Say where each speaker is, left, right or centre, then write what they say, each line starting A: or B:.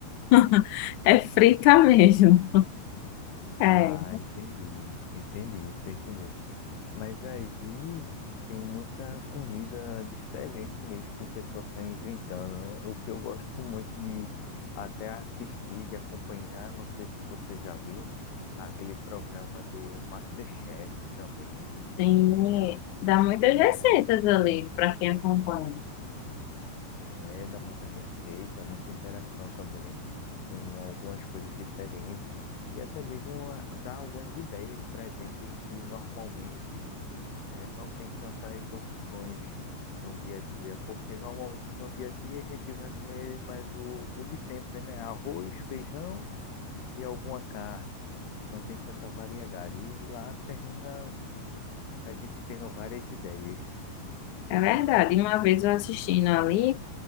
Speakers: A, on the left (about 90°); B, on the left (about 70°).
A: <laughs> É frita mesmo. É.
B: Ah, entendi, entendi, tô entendendo. Mas aí tem muita comida diferente mesmo que o pessoal sai inventando, né? O que eu gosto muito de até assistir, de acompanhar, não sei se você já viu, aquele programa do MasterChef também.
A: Tem,
B: Tem, a-
A: dá muitas
B: tem muita
A: receitas
B: receita.
A: ali para quem acompanha.
B: É, dá muita receita, muita interação também com algumas coisas diferentes. E até mesmo ah, dá algumas ideias para a gente que normalmente é, não tem tantas opções no dia a dia, porque normalmente no dia a dia a gente vai comer mais o, o de sempre, né? Arroz, feijão e alguma carne. Não tem tanta variedade. E lá termina a gente tendo várias ideias.
A: É verdade. Uma vez eu assistindo ali,